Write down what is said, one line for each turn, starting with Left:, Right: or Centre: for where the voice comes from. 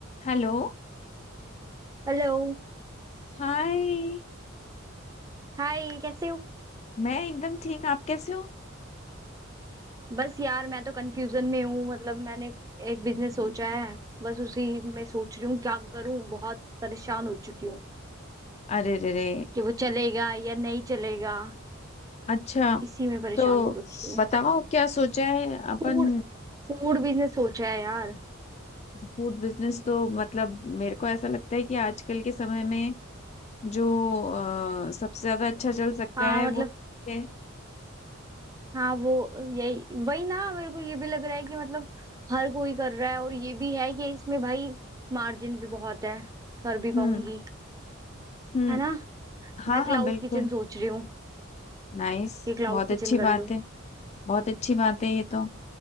Left: Hello
Right: Hello
Left: Hi
Right: Hi कैसे हो
Left: मैं एकदम ठीक आप कैसे हो
Right: बस यार मैं तो कंफ्यूजन में हूँ मतलब मैंने एक बिजनेस सोचा है बस उसी में सोच रही हूँ क्या करूँ बहुत परेशान हो चुकी हूँ
Left: अरे रे रे
Right: कि वो चलेगा या नहीं चलेगा
Left: अच्छा
Right: इसी में परेशान
Left: तो
Right: हो रखी हूँ
Left: बताओ क्या सोचा है अपन
Right: फूड फूड बिजनेस सोचा है यार
Left: फूड बिजनेस तो मतलब मेरे को ऐसा लगता है कि आजकल के समय में जो अ, सबसे ज्यादा अच्छा चल सकता
Right: हाँ
Left: है
Right: मतलब
Left: वो है
Right: हाँ वो यही वही ना मेरे को ये भी लग रहा है कि मतलब हर कोई कर रहा है और ये भी है कि इसमें भाई मार्जिन भी बहुत है कर भी पाऊंगी
Left: हम्म हम्म
Right: है ना
Left: हाँ
Right: मैं क्लाउड
Left: हाँ बिल्कुल
Right: किचन सोच रही हूँ
Left: नाइस
Right: कि क्लाउड
Left: बहुत
Right: किचन
Left: अच्छी बात
Right: कर लूं
Left: है बहुत अच्छी बात है ये तो